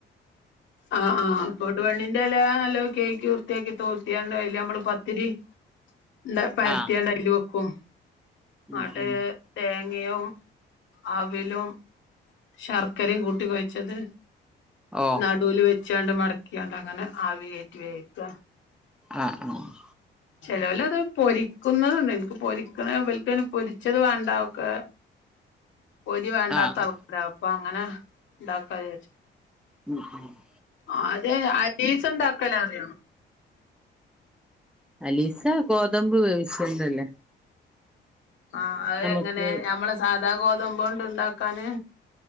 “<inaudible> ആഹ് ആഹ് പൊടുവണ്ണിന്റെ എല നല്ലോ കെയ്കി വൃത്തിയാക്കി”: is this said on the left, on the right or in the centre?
Left